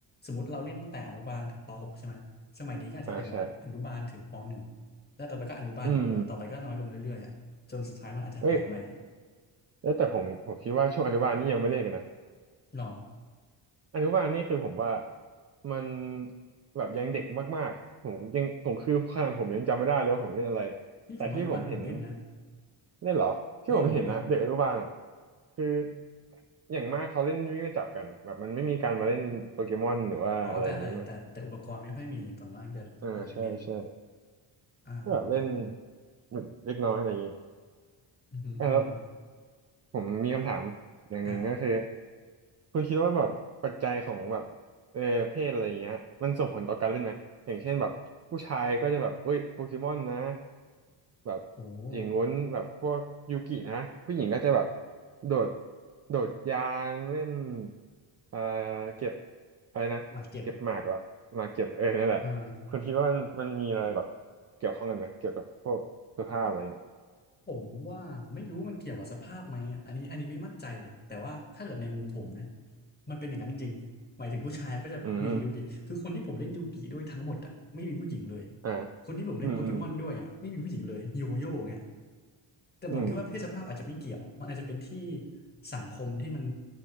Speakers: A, on the left; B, on the right.
A: สมมติเราเล่นตั้งแต่อนุบาลถึงปหกใช่ไหมสมัยนี้ก็อาจจะเป็นแบบอนุบาลถึงปหนึ่ง
B: อ่าใช่
A: แล้วต่อไปก็อนุบาลอย่างเดียวต่อไปก็น้อยลงเรื่อยๆอ่ะจนสุดท้ายมันอาจจะหายไป
B: อืมเอ้ยแล้วแต่ผมผมคิดว่าช่วงอนุบาลนี่ยังไม่เล่นกันนะ
A: หรอ
B: อนุบาลนี่คือผมว่ามันแบบยังเด็กมากๆอะผมยังผมคือขนาดผมยังจำไม่ได้เลยว่าผมเล่นอะไร
A: นี่ผมอนุบาลผมเล่นนะ
B: แต่ที่ผมเห็นเล่นเหรอที่ผมเห็นนะเด็กอนุบาลอ่ะ
A: เล่นเล่น
B: คือ อย่างมากเขาเล่นวิ่งไล่จับกันอะแบบมันไม่มีการมาเล่นโปเกมอนหรือว่าอะไรอย่างนี้มา
A: อ๋อแต่แต่แต่แต่แต่อุปกรณ์ไม่ค่อยมีต่นนั้นจะหาอะไรเล่น
B: เออใช่ใช่
A: อ่าอ่าอ่าอ่า
B: ก็แบบเล่นเหมือนเล็กน้อยอะไรอย่างนี้
A: อืมอหืมออือหือ
B: อ่ะแล้วผมมีคำถามอย่างหนึ่งก็คือ
A: อ่า
B: คุณคิดว่าแบบปัจจัยของแบบเออเพศอะไรอย่างเงี้ยมันส่งผลต่อการเล่นไหมอย่างเช่นแบบผู้ชายก็จะแบบเอ้ยโปเกมอนนะ แบบ
A: โห
B: อย่างงู้นแบบพวกยูกินะผู้หญิงก็จะแบบโดดโดดยางเล่นเอ่อเก็บอะไรนะเก็บหมากเหรอหมากเก็บเออนั่นแหละคุณคิดว่ามันมันมีอะไรแบบเกี่ยวข้องกันไหมเกี่ยวกับพวกเสื้อผ้าอะไรเงี้ย
A: หมากเก็บอ่า ผมว่าไม่รู้มันเกี่ยวกับสภาพไหมอะอันนี้อันนี้ไม่มั่นใจเลยแต่ว่าถ้าเกิดในมุมผมนะมันเป็นอย่างนั้นจริงๆหมายถึงผู้ชายมันก็จะมีแต่ยูกิคือคนที่ผมเล่นยูกิด้วยทั้งหมดอ่ะไม่มีผู้หญิงเลย
B: อืมอ่า
A: คนที่ผมเล่นโปเกมอนด้วยอ่ะไม่มีผู้หญิงเลยโยโย่เนี่ย
B: อืมอืม
A: แต่ผมคิดว่าเพศสภาพอาจจะไม่เกี่ยวมันอาจจะเป็นที่
B: อืม
A: สังคมที่มัน